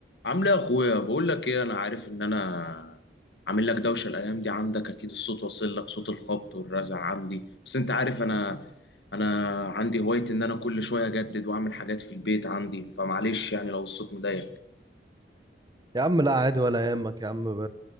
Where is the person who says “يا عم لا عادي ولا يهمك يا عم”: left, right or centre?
Right